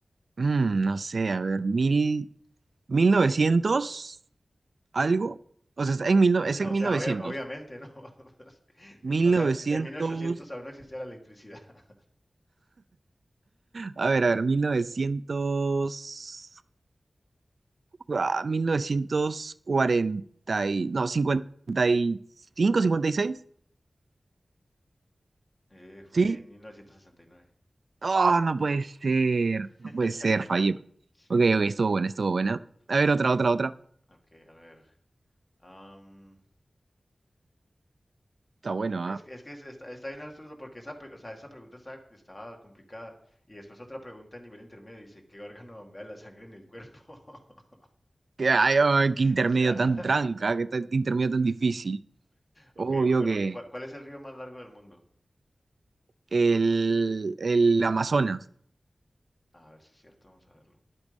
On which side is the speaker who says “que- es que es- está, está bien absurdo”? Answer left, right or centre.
Left